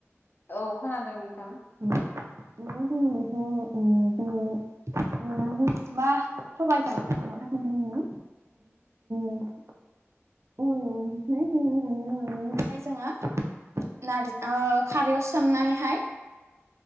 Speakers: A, on the left; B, on the right.
A: औ खोनादों नोंथां।
B: <unintelligible> <unintelligible> मा सबायजों संनो थाखाय जोंनो <unintelligible> औवा मेवायखौहाय दानना लानानैहाय जोङो नार ओ खारैआव सोमनानैहाय